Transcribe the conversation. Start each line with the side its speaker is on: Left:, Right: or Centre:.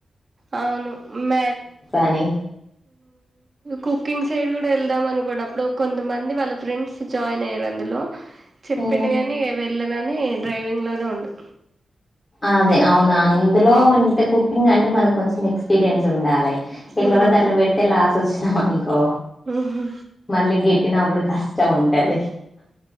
Right: ఆవును మ
Left: అని
Right: కుకింగ్ సైడ్ కూడా వెళ్దాం అనుకోండి అప్పుడు కొంతమంది వాళ్ళ ఫ్రెండ్స్ జాయిన్ అయ్యారు అందులో చెప్పిండుగాని
Left: ఉమ్,
Right: పిల్దని డ్రైవింగ్ లోనే ఉండు
Left: అదే అవును అందులో ఇంట కుకింగ్ అంటే మనకు కొంచెం ఎక్స్పీరియన్స్ ఉండాలి ఎట్లా
Right: ఉమ్
Left: పడితే అట్లా పెడితే లా <inaudible> కొ
Right: ఉహు
Left: మల్గెట్ పెట్టినప్పుడు కష్టం ఉంటుంది